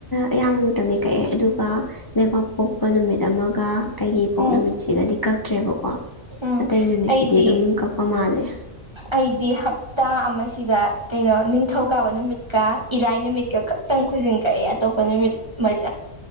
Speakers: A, on the left; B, on the right.
A: ꯑꯌꯥꯝꯕ ꯃꯇꯝꯗꯤ ꯀꯛꯑꯦ ꯑꯗꯨꯒ ꯂꯩꯕꯥꯛ ꯄꯣꯛꯄ ꯅꯨꯃꯤꯠ ꯑꯃꯒ ꯑꯩꯒꯤ ꯏꯄꯣꯛ
B: ꯎꯝ
A: ꯅꯨꯃꯤꯠꯁꯤꯒꯗꯤ ꯀꯛꯇ꯭ꯔꯦꯕꯀꯣ
B: ꯎꯝ
A: ꯑꯇꯩ ꯅꯨꯃꯤꯠꯁꯤꯗꯤ
B: ꯑꯩꯗꯤ
A: ꯑꯗꯨꯝ ꯀꯛꯄ ꯃꯥꯜꯂꯦ
B: ꯑꯩꯗꯤ ꯍꯞ ꯇꯥ ꯑꯃꯁꯤꯗ ꯀꯩꯅꯣ ꯅꯤꯡꯊꯧꯀꯥꯕ ꯅꯨꯃꯤꯠꯀ ꯏꯔꯥꯏ ꯅꯨꯃꯤꯠꯀ ꯈꯛ ꯇꯪ ꯈꯨꯖꯤꯟ ꯀꯛꯑꯦ ꯑꯇꯣꯞꯄ ꯅꯨꯃꯤꯠ ꯃꯔꯤ